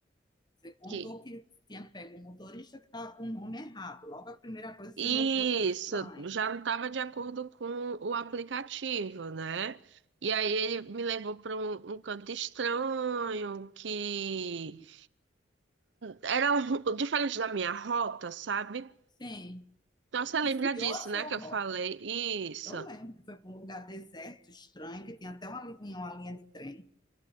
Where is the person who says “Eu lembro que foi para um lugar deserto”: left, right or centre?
Left